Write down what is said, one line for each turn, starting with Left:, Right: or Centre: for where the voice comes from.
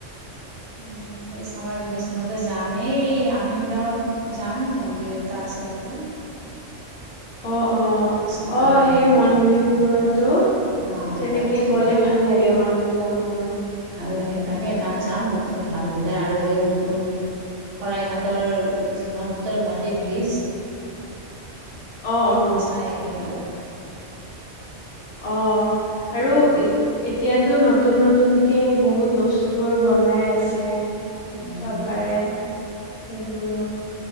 Right: উম এই চামাৰ ভেকেচনতে যাম এই আমিন গাঁওত যাম মন্দিৰ তাৰ চ তাতে
Left: অঁ অঁ
Right: কৃষ্ণ
Left: অঁ
Right: ৰাধা
Left: সেই মন্দিৰ
Right: বুলি,
Left: বোৰতো
Right: হা
Left: তেনেকে
Right: তাত যাম
Left: গলে ভাল গলে মনটো অকণমান
Right: ভাল লাগে তাকে তাত যাম বতৰ ভাল হ'লে আৰু এই নতুন শৰাইঘাটৰ যিখন উত্তৰ গুৱাহাটী ব্ৰীজ
Left: অ
Right: সেইখন
Left: অ
Right: চাই আহিম আৰু
Left: অঁ আৰু
Right: উম,
Left: এতিয়াতো নতুন নতুনকে বহুত বস্তুবোৰ বনাই আছে
Right: উম।
Left: চৰকাৰে সেইবোৰ